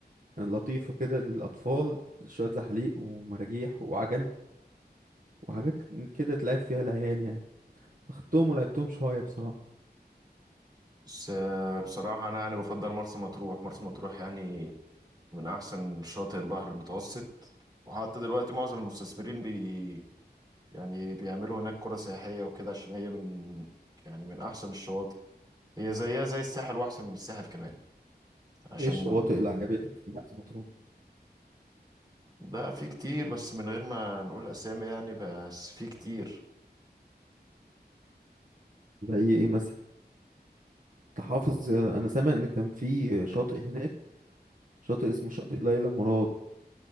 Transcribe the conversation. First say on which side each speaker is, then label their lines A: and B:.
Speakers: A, on the right; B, on the right.
A: لطيفة كده للأطفال شوية زحليق ومراجيح وعجل وحاجات كده تلعب فيها العيال يعني فخدتهم ولعبتهم شوية بصراحة
B: بس آه، بصراحة انا يعني بفضل مرسى مطروح مرسى مطروح يعني من احسن شاطئ البحر المتوسط وحتى دلوقتي معظم المستثمرين بي يعني بيعملوا هناك قرى سياحية وكده عشان هي من يعني من احسن الشواطئ هي زيها زي الساحل واحسن من الساحل كمان عشان
A: ايه الشواطئ اللي عجبتك في مرسى مطروح
B: لا في كتير بس من غير ما نقول اسامي يعني بس في كتير
A: زي ايه مثلا انت حافظ انا سامع ان كان في شاطئ هناك شاطئ اسمه شاطئ ليلى مراد